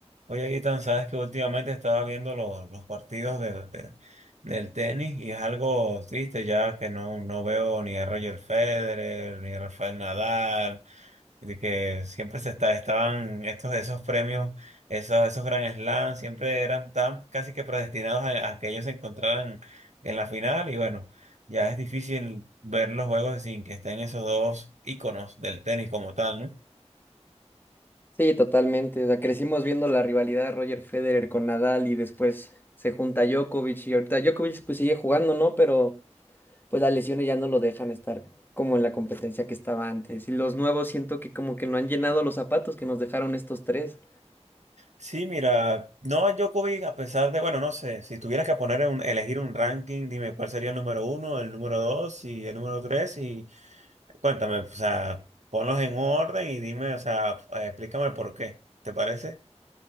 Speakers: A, on the right; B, on the left.
A: Oye, Ethan, sabes que últimamente estaba viendo los, los partidos del, de- del tenis y es algo triste ya que no, no veo ni a Roger Federer ni a Rafael Nadal, de que siempre se está, estaban estos, esos premios, esos, esos Grand Slam, siempre eran tan casi que predestinados a, a que ellos se encontraran en la final y bueno, ya es difícil ver los juegos sin que estén esos dos íconos del tenis como tal, ¿no?
B: Sí, totalmente. O sea, crecimos viendo la rivalidad de Roger Federer con Nadal y después se junta Djokovic y ahorita Djokovic pues sigue jugando, ¿no? Pero pues las lesiones ya no lo dejan estar como en la competencia que estaba antes. Y los nuevos siento que como que no han llenado los zapatos que nos dejaron estos tres.
A: Sí, mira, no a Djokovic, a pesar de, bueno, no sé, si tuvieras que poner un, elegir un ranking, dime cuál sería el número uno, el número dos y el número tres y cuéntame, o sea, ponlos en orden y dime, o sea, explícame por qué, ¿te parece?